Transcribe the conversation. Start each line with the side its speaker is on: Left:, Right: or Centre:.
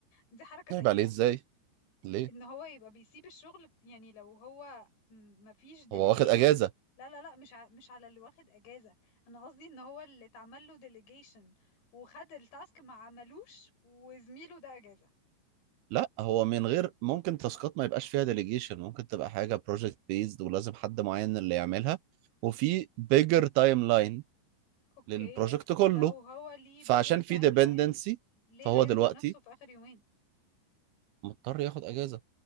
Left: دي حركة
Right: عيب
Left: سيئة
Right: عليه ازاي ليه
Left: ان هو يبقى بيسيب الشغل يعني لو هو ما فيش ديليجيشن
Right: هو واخد اجازه
Left: لا لا لا مش ع... مش على اللي واخد اجازة انا قصدي ان هو اللي اتعمل له ديليجيشن وخد التاسك ما عملوش وزميله ده اجازة
Right: لا هو من غير ممكن تاسكات ما يبقاش فيها ديليجيشن ممكن تبقى حاجه بروجكت بيزد ولازم حد معين اللي يعملها وفي بيجر تايم لاين
Left: اوكي
Right: للبروجكت كله
Left: لو هو ليه
Right: فعشان
Left: بيجر تايم
Right: في ديبندنسي
Left: لاين ليه
Right: فهو
Left: هيزنق
Right: دلوقتي
Left: نفسه في اخر يومين
Right: مضطر ياخد اجازه